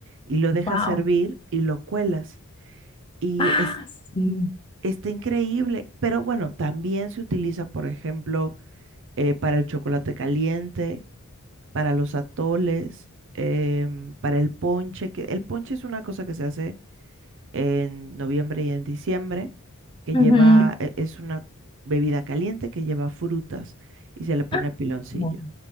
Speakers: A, on the right; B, on the left.
A: y lo dejas
B: wow.
A: hervir y lo cuelas. Y
B: Ah,
A: es,
B: sí.
A: está increíble, pero bueno, también se utiliza, por ejemplo, eh, para el chocolate caliente, para los atoles, em, para el ponche, que el ponche es una cosa que se hace en noviembre y en diciembre, que
B: Ujú.
A: lleva, e- es una bebida caliente que lleva frutas y se le pone
B: Ah,
A: piloncillo.
B: bueno.